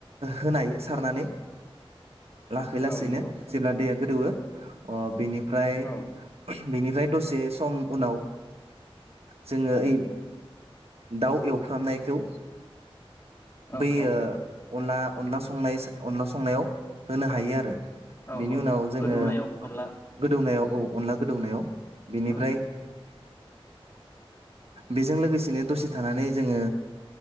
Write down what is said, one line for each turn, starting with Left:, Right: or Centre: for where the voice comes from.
Right: होनाय सारनानै लासै लासैनो
Left: औ नंगौ
Right: जेब्ला दैया गोदौवो बेनि फ्राय
Left: औ
Right: बेनिफ्राय दसे सम उनाव जोङो ओइ दाउ एवफ्रामनायखौ
Left: औ
Right: बेै
Left: औ
Right: ओ अनला अनला संनाय अनला संनायाव होनो हायो आरो
Left: औ
Right: बेनि
Left: औ
Right: उनाव जोङो
Left: गोदौनायाव अनला
Right: गोदौनायाव औ अनला गोदौनायाव बिनिफ्राय
Left: औ
Right: बेजों लोगोसेनो दसे थानानै जोङो